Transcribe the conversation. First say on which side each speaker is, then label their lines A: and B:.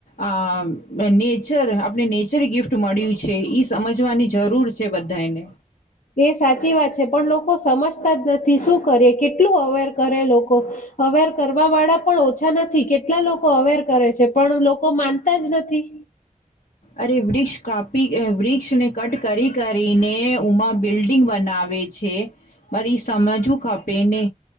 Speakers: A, on the left; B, on the left.
A: આ નેચર આપણે નેચર ગિફ્ટ મળ્યું છે. રાખવા ની જરૂર છે બધાને
B: એ સાચી વાત છે પણ લોકો સમજતા જ નથી. શું કરયે, કેટલું અવેર કરે લોકો અવેર કરવા વાળા પણ ઓછા નથી. કેટલા લોકો અવેર કરે છે પણ લોકો માનતા જ નથી.
A: અરે વૃક્ષ કાપી વૃક્ષને કટ કરી કરી ઉમા બિલ્ડિંગ બનાવે છે પન ઈ સમજવું ખપ તેને